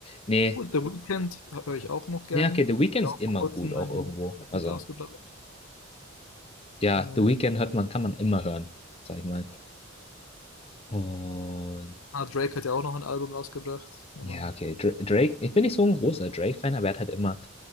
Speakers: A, on the left (about 30°); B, on the left (about 85°).
A: Nee,
B: Gut, The Weeknd höre ich auch noch gerne.
A: ja, okay, The Weeknd
B: Hat auch
A: ist immer
B: vor kurzem
A: gut, auch
B: mein
A: irgendwo. Also,
B: Beat rausgebracht.
A: ja,
B: Äh,
A: The Weeknd hört man, kann man immer hören, sag ich mal. Und
B: ah, Drake hat ja auch noch ein Album rausgebracht, wenn
A: Ja,
B: man,
A: okay. Dra- Drake, ich bin nicht so ein großer Drake-Fan, aber er hat halt immer